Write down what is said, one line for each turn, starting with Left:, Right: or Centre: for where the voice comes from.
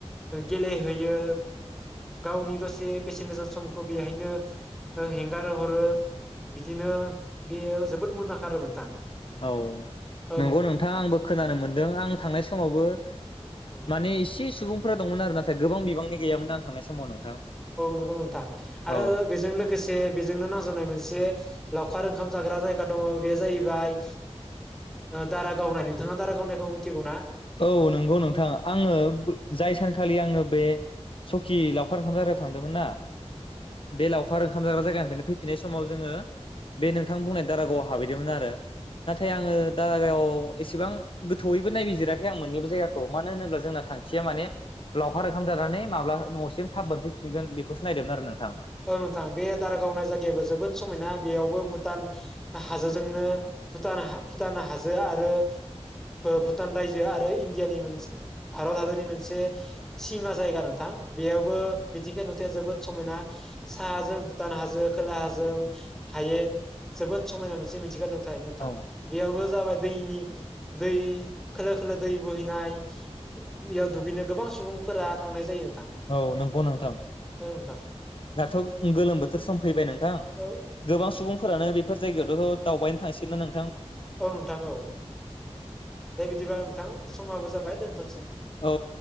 Centre: गेलेहैयो, गावनि दसे बेसेन गोसा समखौ बेहायनो हेंगार हरो। बिदिनो बेयो जोबोद मुंदांखा आरो नोंथां
Left: औ
Centre: औ
Left: नंगौ नोंथां
Centre: औ
Left: आंबो खोनानो मोनदों आं थांनाय स समावबो
Centre: औ। औ
Left: माने एसे सुबुंफोरा दंमोन आरो नाथाय गोबां बिबांनि गैयामोन आं थांनाय समाव नोंथां
Centre: नंगौ नोंथां आरो
Left: औ
Centre: बेजों लोगोसे बेजोंनो नांजाबनाय मोनसे लावखार ओंखाम जाग्रा जायगा दङ' बे जाहैबाय दारागाव होननाय नोंथाङा दारागाव होननायखौ मिथिगौ ना?
Left: औ नंगौ नों आङो जाय सानखालि आङो बे सकि लावखार ओंखाम जानो थांदोंमोन ना। बे लावखार ओंखाम जाग्रा जायगानिफ्रायनो फैफिननाय समाव जोङो बे नोंथां बुंनायनि दारागावआव हाबैदोंमोन आरो। नाथाय आङो दारागायाव एसेबां गोथौयैबो नायबिजिराख आं मोननैबो बे जायगाखौ मानो होनोब्ला जोंना थांखिया माने लावखार ओंखाम जानानै माब्ला न'सिम थाब मोनफैफिनगोन बेखौसो नायदोंमोन आरो नों
Centre: औ नोंथां बे दारागावनाय जायगायाबो जोबोद समायना बेयावबो भुटान हाजोजोंनो भुटान हा भुटान हाजो आरो ओ भुटान रायजो आरो इण्डियानि मोनस भारत हादरनि मोनसे सिमा जायगा नोंथां बेयावबो मिथिंगाया नुथाया जोबोद समायना। साहाजों भुटान हाजो खोलाहाजों हायेन जोबोद समायना मोनसे मिथिंगा नुथाय नोंथां
Left: औ
Centre: बेयावबो जाबाय दैनि दै खोलो खोलो दै बोहैनाय। उम दैयाव दुगैनो गोबां सुबुंफोरा थांनाय जायो नोंथां
Left: औ नंगौ नोंथां
Centre: औ नोंथां।
Left: दाथ' गोलोम बोथोर सम फैबाय। नोंथां गोबां
Centre: औ
Left: सुबुंफोरानो बे फोर जायगायावथ' दावबायनो थांसिगोनना नों
Centre: औ नोंथां औ दे बिदिब्ला नोंथां समाबो जाबाय दोनथ'।
Left: औ